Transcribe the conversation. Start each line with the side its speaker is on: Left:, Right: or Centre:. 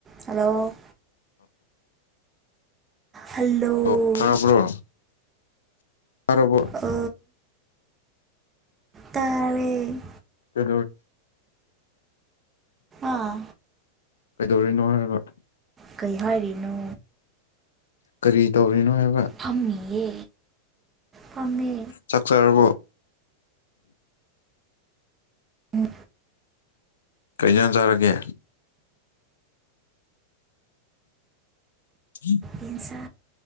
Right: ꯍꯂꯣ ꯍꯜꯂꯣ
Left: ꯑꯣ ꯇꯥꯔꯕ꯭ꯔꯣ ꯇꯔꯕ
Right: ꯑ ꯇꯥꯔꯦ
Left: ꯗ
Right: ꯑꯥ
Left: ꯀꯩꯗꯧꯔꯤꯅꯣ ꯍꯥꯏꯔꯕ
Right: ꯀꯩ ꯍꯥꯏꯔꯤꯅꯣ
Left: ꯀꯔꯤ ꯇꯧꯔꯤꯅꯣ ꯍꯥꯏ
Right: ꯐꯝꯃꯦ ꯐꯥꯝꯃꯦ
Left: ꯆꯥꯛꯆꯔꯕꯣ
Right: ꯎ
Left: ꯀꯩꯖꯥꯟ ꯆꯔꯒꯦ ꯎꯝ
Right: ꯌꯦꯟꯁꯥ